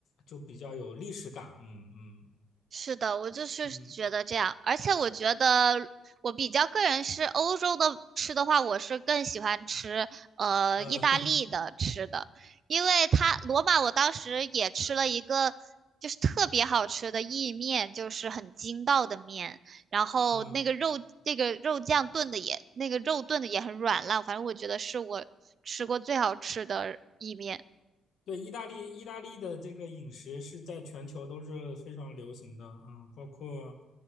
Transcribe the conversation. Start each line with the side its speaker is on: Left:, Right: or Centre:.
Left: 就比较有历史感。嗯
Right: 是的，我就是觉得这样，
Left: 嗯
Right: 而且我觉得我比较个人是欧洲的吃的话，我是更喜欢吃呃意大利的吃的，
Left: 嗯呃
Right: 因为它罗马我当时也吃了一个就是特别好吃的意面，就是很筋道的面，然后那个肉那个肉酱炖的也那个肉炖的也很软烂，
Left: <laughs> 嗯。
Right: 反正我觉得是我吃过最好吃的意面。
Left: 对，意大利，意大利的这个饮食是在全球都是非常流行的，嗯，包括